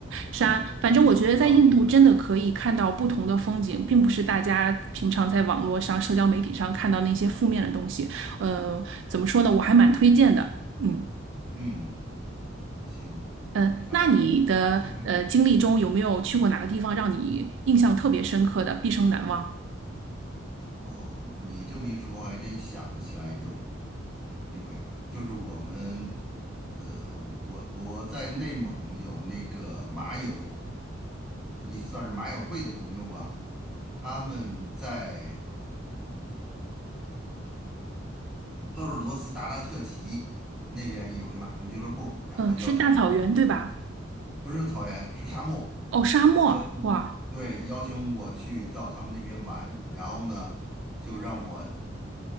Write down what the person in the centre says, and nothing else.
<laughs> 我都搞晕了这个
嗯，行，
看看找机会吧。<laughs>
哦，你这么一说，我还真想起来有一回，就是我们，呃，我我在内蒙有那个马友，呃一算是马友会的朋友吧，他们在。鄂尔多斯达拉特旗那边有个马术俱乐部，然后邀请我去，
不是草原，是沙漠，
邀请，
对，邀请我去到他们那边玩，然后呢，就让我